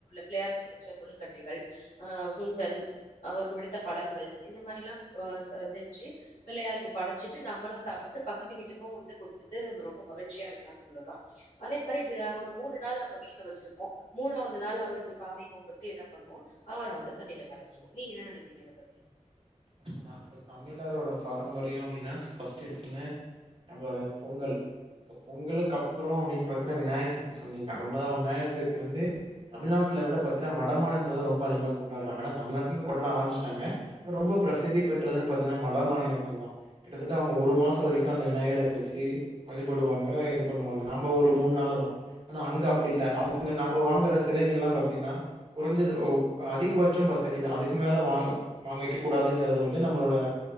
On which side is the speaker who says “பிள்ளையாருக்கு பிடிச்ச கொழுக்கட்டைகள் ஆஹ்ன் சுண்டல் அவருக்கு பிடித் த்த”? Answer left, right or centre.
Left